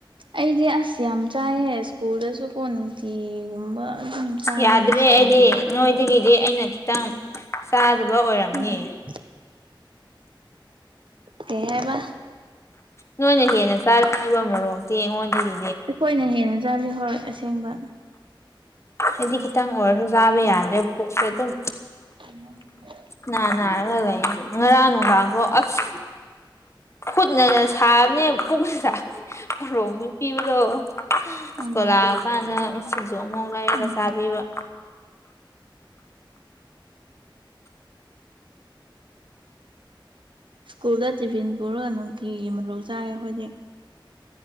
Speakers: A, on the right; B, on the left.
A: ꯑꯩꯗꯤ ꯑꯁ ꯌꯥꯝ ꯆꯥꯏꯌꯦ ꯁ꯭ꯀꯨꯜꯗꯁꯨ ꯀꯣ ꯅꯨꯡ ꯊꯤꯒꯨꯝꯕ ꯑꯗꯨꯝ ꯆꯥꯏꯌꯦ
B: ꯌꯥꯗ꯭ꯔꯦ
A: ꯁꯤꯗꯤ
B: ꯑꯩꯗꯤ ꯅꯣꯏꯗꯒꯤꯗꯤ ꯑꯩꯅ ꯈꯤꯇꯪ ꯆꯥꯗꯕ ꯑꯣꯏꯔꯝꯅꯤ
A: <unintelligible> ꯀꯩ ꯍꯥꯏꯕ
B: ꯅꯣꯏꯅ ꯍꯦꯟꯅ ꯆꯥꯔꯕ ꯃꯔꯣꯛꯇꯦ ꯑꯩꯉꯣꯟꯗꯒꯤ
A: ꯑꯩꯈꯣꯏꯅ ꯍꯦꯟꯅ ꯆꯥꯠꯂꯤ ꯍꯣꯏ ꯑꯁꯦꯡꯕ
B: ꯍꯥꯏꯗꯤ ꯈꯤꯇꯪ ꯑꯣꯏꯔꯁꯨ ꯆꯥꯕ ꯌꯥꯗ꯭ꯔꯦ ꯄꯨꯛꯁꯦ ꯑꯗꯨꯝ
A: <inaudible>
B: ꯉꯥꯔꯪ ꯅꯨꯗꯥꯡꯐꯎ ꯑꯁ ꯈꯨꯠꯅꯒ ꯁꯥꯕꯅꯦ ꯄꯨꯛꯅ ꯁꯥꯕꯅꯦ ꯃꯣꯔꯣꯛ ꯄꯤꯕꯗꯣ ꯁꯀꯣꯜ
A: ꯑꯗꯨꯅ
B: ꯂꯥꯛꯑ ꯀꯥꯟꯗ ꯁꯤꯁꯨ ꯑꯃꯨꯥꯎ ꯂꯩꯔꯒ
A: ꯎꯝ
B: ꯆꯥꯕꯤꯕ
A: ꯁ꯭ꯀꯨꯜꯗ ꯇꯤꯐꯤꯟ ꯄꯨꯔꯒ ꯅꯨꯡꯇꯤꯒꯤ ꯃꯔꯣꯜ ꯆꯥꯏ ꯑꯩꯈꯣꯏꯗꯤ